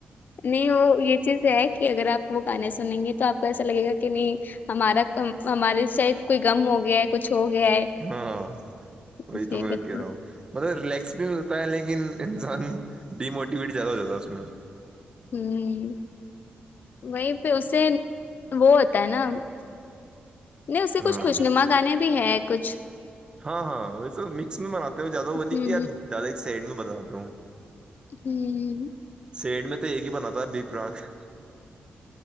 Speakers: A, on the left; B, on the right.
A: نہیں وہ یہ چیز ہے کہ اگر آپ وہ گانے سنیں گے تو آپ کو ایسا لگے گا کہ نہیں ہمارا ہماراری شاید کوئی غم ہو گیا ہے کچھ ہو گیا ہے
B: ہاں وہی
A: جی
B: تو میں
A: بالکل
B: کہہ رہا ہوں مطلب ریلیکس بھی ملتا ہے لیکن لیکن انسان ڈیموٹیویٹ زیادہ ہو جاتا ہے اس میں
A: ہوں وہی پ اسے وہ ہوتا ہے نا نہیں اس سے کچھ
B: ہاں
A: خوش
B: ویسے
A: نما گانے بھی ہے کچھ
B: ہاں ہاں ویسے مکس میں بناتے ہیں زیادہ بنی
A: ہ
B: کی یا زیادہ ہی سائڈ میں بناتے تو
A: ہوں
B: پیڑ میں تو ایک ہی بناات تھا بی پ رااک <unintelligible>